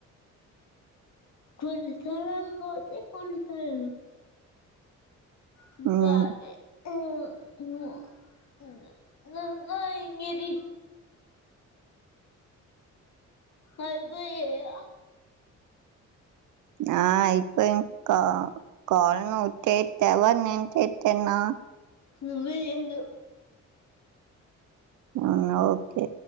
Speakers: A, on the left (about 60°); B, on the right (about 85°).
A: కొన్ని <unintelligible> కోతే కొన్ని <unintelligible> కొతే హ్మ్
B: ఉమ్,
A: సారి <unintelligible> ఇంగా ఇంగిది. కల్బు లేదా
B: నాయ్ పోయింకా కాల్ ను ఉట్టే, తేవర్ నుంచి చేత్ చెన్నా
A: నువ్వే ఏదో
B: అవున ఓకే